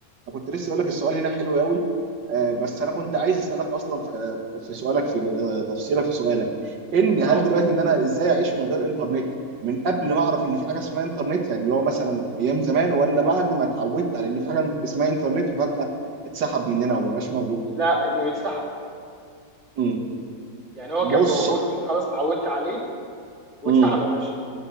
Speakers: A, on the right (about 75°); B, on the right (about 35°).
A: وكنت لسه اقول لك السؤال هنا حلو قوي آه، بس انا كنت عايز اسالك اصلا في في سؤالك في آه، تفصيله في سؤالك ان
B: اه
A: هل دلوقتي ان انا ازاي اعيش من غير انترنت من قبل ما اعرف ان في حاجه اسمها انترنت يعني اللي هو مثلا ايام زمان ولا بعد ما اتعودت على ان في حاجه اسمها انترنت وفجاه اتسحب مننا ومبقاش موجود
B: لا انه يتسحب
A: مم.
B: يعني هو
A: بص
B: كان موجود وانت خلاص اتعودت عليه واتسحب
A: مم.
B: يا باشا